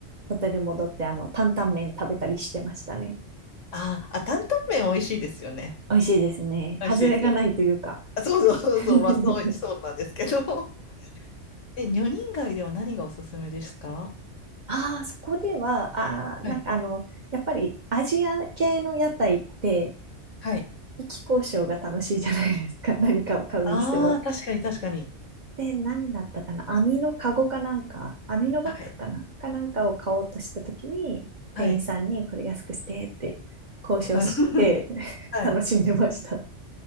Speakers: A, on the right; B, on the left.
A: ホテル戻って、あの、担々麺食べたりしてましたね。
B: あー、あ、担々麺美味しいですよね。
A: 美味しいですね。
B: 美味しいですよね。
A: 外れがないというか。
B: あそうそうそうそう、
A: <laughs>
B: まあそう、そうなんですけど。え、女人街では何がおすすめですか
A: ああ、そこでは、ああ、
B: はい。
A: なんかあの、やっぱりアジア系の屋台って、
B: はい。
A: 意気交渉が楽しいじゃないですか。何かを買うにしても。
B: ああー、確かに確かに。
A: で、何だったかな網のカゴかなんか、網のバッグかなかなんかを買おうとしたときに、
B: はい。
A: 店員さんにこれ安くしてって交渉して
B: はい。<laughs>
A: <laughs>
B: はい。
A: 楽しんでました。